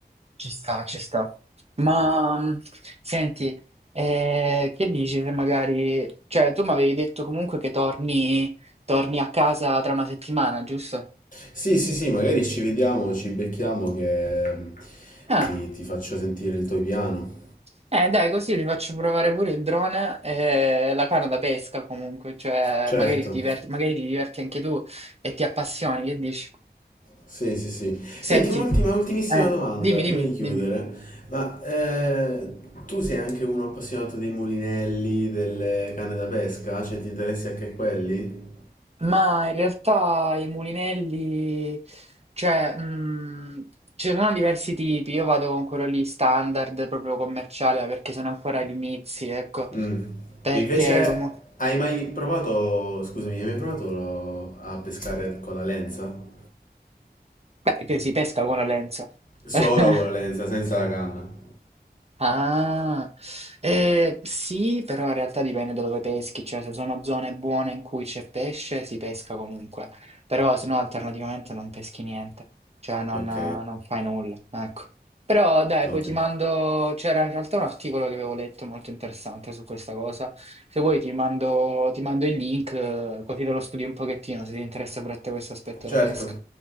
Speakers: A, on the right; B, on the left.
A: ci sta, ci sta. Ma mm, senti, eh, che dici se magari... Cioè, tu mi avevi detto comunque che torni, torni a casa tra una settimana, giusto?
B: Sì, sì, sì, magari ci vediamo, ci becchiamo che mm,
A: Ah,
B: ti, ti faccio sentire il tuo piano.
A: eh dai, così vi faccio provare pure il drone e la canna da pesca comunque, cioè
B: Certo,
A: magari ti diverti, magari ti diverti anche tu e ti appassioni, che dici?
B: sì, sì, sì. Senti,
A: Senti,
B: un'ultima, ultimissima
A: eh,
B: domanda
A: dimmi,
B: prima
A: dimmi,
B: di chiudere.
A: dimmi.
B: Ma eh, tu sei anche uno appassionato dei mulinelli, delle canne da pesca? Cioè, ti interessi anche quelli?
A: Ma in realtà i mulinelli, cioè, mh, ce ne sono diversi tipi, io vado con quello lì standard, proprio commerciale, perché sono ancora agli inizi, ecco,
B: Mm.
A: perché
B: Invece,
A: comunque...
B: hai mai provato, scusami, hai mai provato lo- a pescare con la lenza?
A: Beh, che si pesca con la lenza.
B: Solo
A: <laughs>
B: con la lenza, senza la canna.
A: Ah, eh, sì, però in realtà dipende da dove peschi, cioè se sono zone buone in cui c'è pesce si pesca comunque, però se no alternativamente non peschi niente, cioè non,
B: Ok,
A: eh, non fai nulla, ecco. Però dai,
B: ok.
A: poi ti mando, c'era in realtà un articolo che avevo letto molto interessante su questa cosa, se vuoi ti mando, ti mando il link eh, così te lo studi un pochettino se ti interessa pure a te questo aspetto
B: Certo,
A: della pesca.